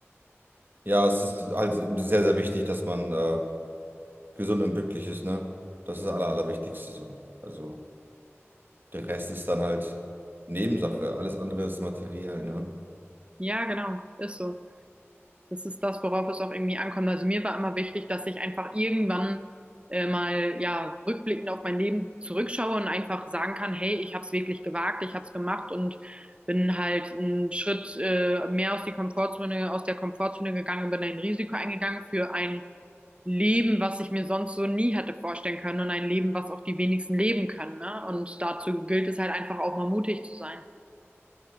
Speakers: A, on the right; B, on the right.
A: Ja, es ist halt sehr, sehr wichtig, dass man äh, gesund und glücklich ist, ne? Das ist das Aller, Allerwichtigste so. Also der Rest ist dann halt Nebensache. Alles andere ist materiell, ne?
B: Ja, genau, ist so. Das ist das, worauf es auch irgendwie ankommt. Also mir war immer wichtig, dass ich einfach irgendwann äh, mal ja rückblickend auf mein Leben zurückschaue und einfach sagen kann, hey, ich habe es wirklich gewagt, ich habe es gemacht und bin halt einen Schritt äh, mehr aus die Komfortzone, aus der Komfortzone gegangen und bin ein Risiko eingegangen für ein Leben, was ich mir sonst so nie hätte vorstellen können und ein Leben, was auch die wenigsten leben können, ne? Und dazu gilt es halt einfach auch mal mutig zu sein.